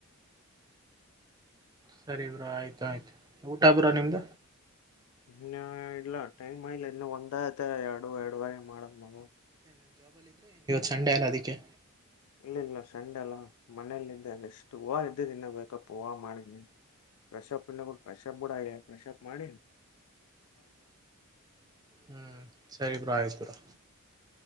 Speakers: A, on the right; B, on the left.
A: ಸರಿ ಬ್ರೋ ಆಯ್ತ ಆಯ್ತು ಊಟ ಬ್ರೋ ನಿಮ್ದ.
B: ಇನ್ನ ಇಲ್ಲ ಟೈಮ ಇಲ್ಲ ಇನ್ನ ಒ ಆಯತ ಎರಡು ಎರಡುವರೆ ಮಾಡದ್ ನವು
A: ಸಂಡೆಯಲ್ಲ ಅದಿಕೆ
B: ಇಲ್ಲ ಇಲ್ಲ ಸಂಡೆ ಅಲ್ಲ ಮನೇೆಯಲಿದ್ದೆ ರೆಷ್ಟು ಹೂ ಇದ್ದ ಇನ್ನ ವೇಕಪ್ ಮಾಡಿ ಪ್ರಷಾಬ್ ಇ ಪ್ರಷಾಬ್ <unintelligible> ಪ್ರಶಾಪ್ ಮಾಡಿ
A: ಹ್ಮ್ ಸರಿ ಬ್ರೋ ಆಯ್ತು ಬ್ರೋ
B: <unintelligible>